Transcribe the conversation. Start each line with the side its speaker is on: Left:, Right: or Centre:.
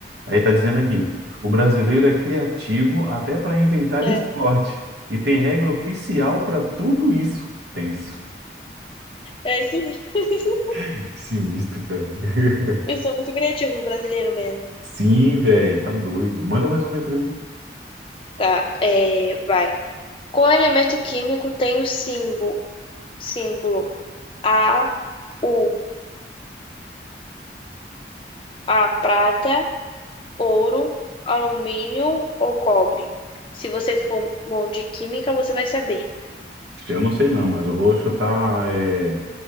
Right: aí tá dizendo aqui, o brasileiro é criativo até pra inventar
Left: É.
Right: esporte e tem regra oficial pra tudo isso. Tenso.
Left: É, isso, <laughs>
Right: <laughs> Que Sinistro, cara.
Left: eu sou muito criativo, brasileiro mesmo.
Right: <laughs> Sim, velho, tá doido. Manda mais uma aí pra mim.
Left: Tá, é, vai. Qual elemento químico tem o símbolo, símbolo A, U, A, prata, ouro, alumínio ou cobre? Se você for bom de química, você vai saber.
Right: Eu não sei não, mas eu vou chutar é,